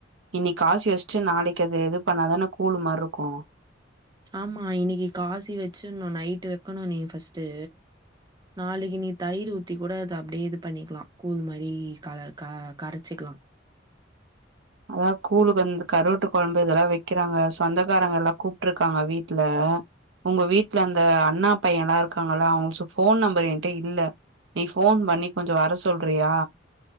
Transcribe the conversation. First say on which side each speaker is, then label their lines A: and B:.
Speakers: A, on the right; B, on the right.
A: இன்னி காசு வச்சுட்டு நாளைக்கு அது இது பண்ணாதான கூழ் மாரிருக்கு
B: ஆமா இன்னைக்கு காசி வச்சுன்னு நைட்டு வைக்கணு நீ பஸ்ட்டு நாளைக்கு நீ தயிர் ஊத்தி கூட அத அப்டியே இது பண்ணிக்கலா கூழ் மாரி கல க கரைச்சிக்கலா
A: அதா கூலுக்கு வந்த கருவாட்டு குழம்பு இதெல்லா வைக்கிறாங்க சொந்தக்காரங்கல்லா கூப்பிட்ருக்காங்க வீட்டுல உங்க வீட்டுல அந்த அண்ணா பையல்லா இருக்காங்கள அவங்க சு போன் நம்பர் ஏங்கிட்ட இல்ல நீ போன் பண்ணி கொஞ்ச வர சொல்றியா